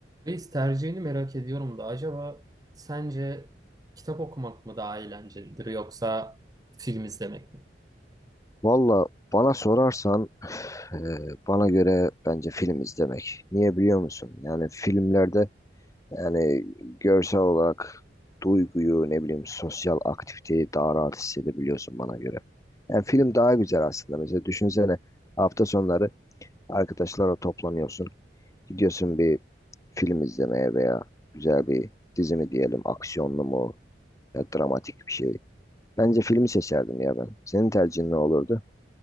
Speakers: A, on the right; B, on the left.
A: Reis tercihini merak ediyorum da acaba sence kitap okumak mı daha eğlencelidir yoksa film izlemek mi?
B: Valla bana sorarsan <sighs> eee, bana göre bence film izlemek. Niye biliyor musun? Yani filmlerde yani görsel olarak duyguyu ne bileyim sosyal aktiviteyi daha rahat hissedebiliyorsun bana göre. Yani film daha güzel aslında. Mesela düşünsene hafta sonları arkadaşlarla toplanıyorsun. Gidiyorsun bir film izlemeye veya güzel bir dizi mi diyelim aksiyonlu mu ya dramatik bir şey. Bence filmi seçerdim ya ben. Senin tercihin ne olurdu?